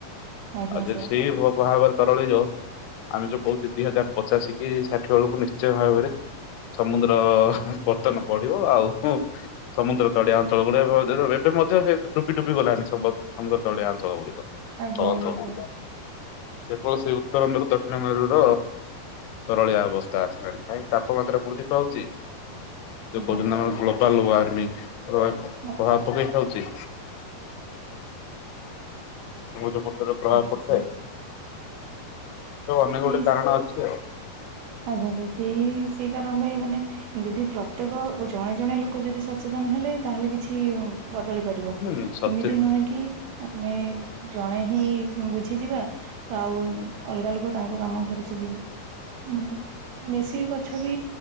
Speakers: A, on the right (about 80°); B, on the left (about 85°).
A: ଆଜ୍ଞା
B: ଆଉ ଯଦି
A: ସାର୍
B: ସେଇ ଭ ଭାବରେ ତରଳିବ ଆମେ ଯୋଉ କହୁଚେ ଦି ହଜାର ପଚାଶ କି ଷାଠିଏ ବେଳକୁ ନିଶ୍ଚୟ ଭାବରେ ସମୁଦ୍ର ପତନ ବଢିବ ଆଉ ସମୁଦ୍ର ତଳିଆ ଅଞ୍ଚଳ ଗୁଡେ ଏବେ ମଧ୍ୟ ସେ ଡୁବି ଡୁବି ଗଲାଣି ସମୁଦ୍ର ତଳିଆ ଅଞ୍ଚଳ ଗୁଡିକ।
A: ଆଜ୍ଞା
B: ତଳ
A: ଆଜ୍ଞା
B: ଅଁଚଳ ଗୁଡିକ।
A: ସାର୍
B: କେବଳ ସେଇ ଉତ୍ତର ମମେରୁ ଦକ୍ଷିଣ ମେରୁର ତରଳିଆ ଅବସ୍ଥା ଆସିଲାଣି କାହିଁ ତାପମାତ୍ରା ବୃଦ୍ଧି ପାଉଚି ଯ
A: ଆଜ୍ଞା
B: କହୁଛନ୍ତି ଆମର ଗ୍ଲୋବାଲ ୱାର୍ମିଂ ପ୍ରଭାବ
A: ଆଜ୍ଞା
B: ପକେଇଥାଉଚି ସମୂଦ୍ୱ ପ୍ରଭାବ
A: ଆଜ୍ଞା
B: ପଡିଥାଏ
A: ସାର୍
B: ଏ ଅନେକ
A: ସେଇ
B: ଗୋଟେ କାରଣ ଅଛି ଆଉ।
A: ଆଜ୍ଞା ଯଦି ସେଇ କାରଣ ପାଇଁ ମାନେ ଯଦି ପ୍ର ପ୍ରତ୍ୟେକ ଜଣେ ଜଣେ ଲୋକ ଯଦି ସଚେତନ ହେଲେ ତାହେଲେ କିଛି ବଦଳି ପାରିବ
B: ହୁଁ ସଚେତ
A: ଏମିତି ନୁହେଁ କି ଆମେ ଜଣେ ହିଁ ବୁଝିଯିବା। ଆଉ ଅଲଗା ଲୋକ ତାଙ୍କ କାମ କରି ଚାଲିବେ। ଓ ହୋ ମେସିନ ଗଛ ବି